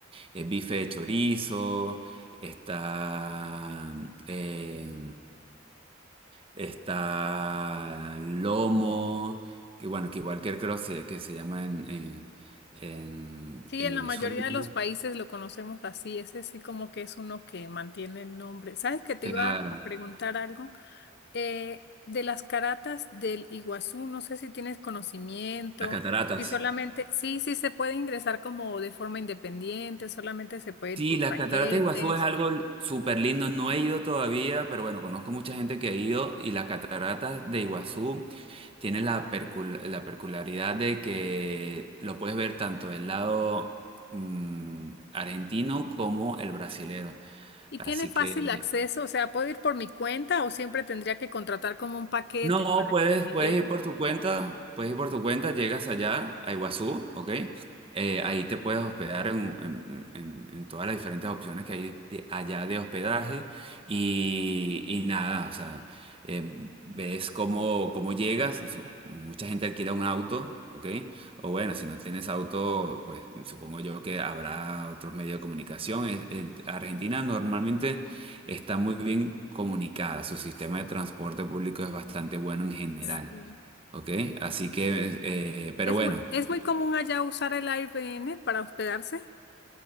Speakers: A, on the right; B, on the left.
A: el bife de chorizo, está... eh, Está lomo, que bueno, que igual que creo se- que se llama en, en, en-
B: Sí,
A: en
B: en
A: Venezuela.
B: la mayoría
A: ¿no?
B: de los países lo conocemos así, ese sí como que es uno que mantiene el nombre. ¿Sabes que te
A: Claro,
B: iba a preguntar algo? eh, de las caratas del Iguazú, no sé si tienes conocimiento,
A: las cataratas.
B: si solamente, sí, sí se puede ingresar como de forma independiente, solamente se puede ir
A: Sí,
B: por
A: las
B: paquetes
A: cataratas de Iguazú es algo súper lindo. No he ido todavía, pero bueno, conozco mucha gente que ha ido y las cataratas de Iguazú tienen la, percul- la peculiaridad de que lo puedes ver tanto del lado mm, argentino como el brasilero.
B: y
A: Así
B: tiene fácil
A: que
B: acceso, o sea, puedo ir por mi cuenta o siempre tendría que contratar como un paquete
A: No,
B: para
A: puedes,
B: que me
A: puedes
B: lleven.
A: ir por tu cuenta, puedes ir por tu cuenta, llegas allá a Iguazú, ¿ok? Eh, ahí te puedes hospedar en, en- en- en todas las diferentes opciones que hay de- allá de hospedaje y, y nada, o sea, eh, ves cómo, cómo llegas, su- mucha gente alquila un auto, ¿ok? O bueno, si no tienes auto, pues supongo yo que habrá otros medios de comunicación. Es- es- Argentina normalmente está muy bien comunicada. Su sistema de transporte público es bastante bueno en general,
B: Sí.
A: ¿ok? Así que, eh, pero
B: Es
A: bueno,
B: muy, es muy común allá usar el Airbnb para hospedarse.